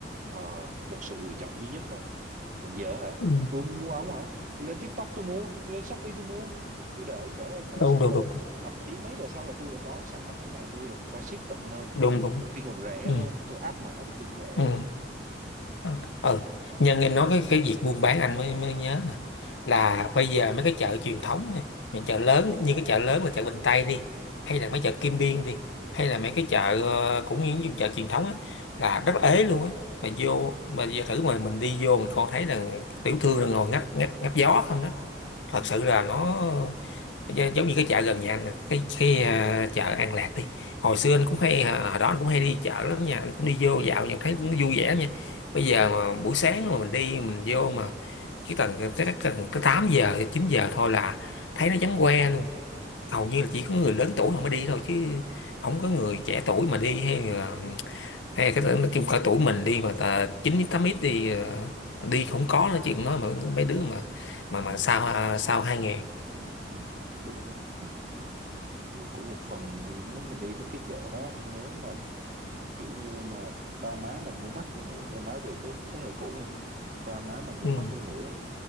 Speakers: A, on the right; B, on the left.
A: ờ, một sự lựa chọn duy nhất thôi còn giờ hả
B: ừ.
A: tôi không mua ống hả tôi lên TikTok tôi mua tôi lên Shopee tôi mua tôi đợi cỡ ngày
B: đúng
A: sau
B: đúng
A: là
B: đúng
A: thậm chí mấy giờ sau là tôi đã có sản phẩm ở nhà tôi rồi người ta ship tận nơi
B: đúng đúng
A: có khi còn rẻ
B: ừ.
A: hơn tôi áp mã có khi còn rẻ
B: Ừ.
A: hơn nữa ừ.
B: À, ờ nhân em nói cái cái việc buôn bán anh mới mới nhớ
A: Ừ.
B: nè là bây giờ mấy cái chợ truyền thống á, những chợ lớn như cái chợ lớn là chợ Bình Tây đi hay
A: Ừ.
B: là mấy chợ Kim Biên đi hay là mấy cái chợ ờ, cũng như những vùng chợ truyền thống á là rất ế luôn á mà vô mà giờ thử mà mình đi vô mình coi thấy là tiểu thương là ngồi ngắp ngắp ngắp gió không đó thật
A: Ừ.
B: sự là nó gi- giống như cái chợ gần nhà anh nè, cái cái
A: Ừ.
B: à, chợ An Lạc đi hồi xưa
A: Ừ.
B: anh cũng hay à, hồi đó anh cũng hay đi chợ lắm nha anh cũng đi vô dạo nhưng thấy nó vui vẻ lắm nha bây
A: Ừ.
B: giờ mà buổi sáng mà mình đi mình vô mà cái tầng tới tới tầng tới 8 giờ 9 giờ thôi là thấy nó vắng que luôn hầu như là chỉ có người lớn tuổi không mới đi thôi chứ không có người trẻ tuổi mà đi hay là hay là cái nói chung cỡ tuổi mình đi mà tà, 9 8 ít đi à, đi không có nói chuyện nói mà mấy đứa mà mà
A: Ừ.
B: mà sao sao hai ngàn
A: Ừ. đúng rồi ừ. thì cũng một phần vì nếu mà đi mấy cái chợ đó nếu mà kiểu như mà ba má mình mua mắc đi nữa em nói về cái thế hệ cũ nha ba má mình mua
B: ừ.
A: mắc đi nữa